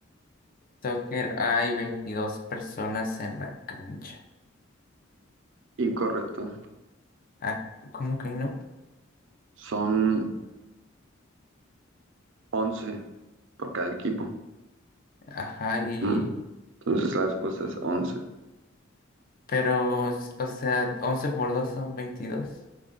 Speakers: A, on the left; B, on the right.
A: Soccer hay 22 personas en la cancha.
B: Incorrecto.
A: Ah, ¿cómo que no?
B: Son once por cada equipo.
A: Ajá, y...
B: ¿Mm? Entonces la respuesta es 11.
A: Pero, s- o sea, 11 por 2 son veintidós,